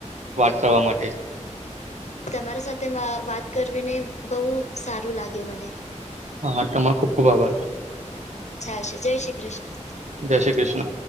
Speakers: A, on the right (about 65°); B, on the left (about 65°).
A: વાત કરવા માટે
B: તમારા સાથે વાત કરવીને બહુ સારું લાગ્યું મને
A: હા હા તમારો ખુબ ખૂબ આભાર
B: ચાલશે જય શ્રી કૃષ્ણ
A: જય શ્રી કૃષ્ણ